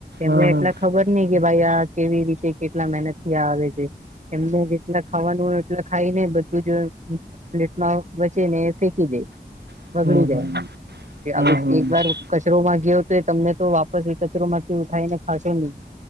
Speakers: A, on the right; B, on the right.
A: એને
B: હમ
A: એટલા ખબર નહ કે ભાઈ આ કેવી રીતે- કેટલા મહેનત થી આવે છે એમને જે- ખાવાનું એટલે ખાઈ ને બધું જ પ્લેટમાં બચે ને ફેંકી દે-
B: હમ
A: બગડી જાય
B: હમ હમ હમ
A: એક વાર- કચરો માં ગયો તો એ તમને તો વાપસ એ કચરો માંથી ઉઠાવી ને ખાશો નહી-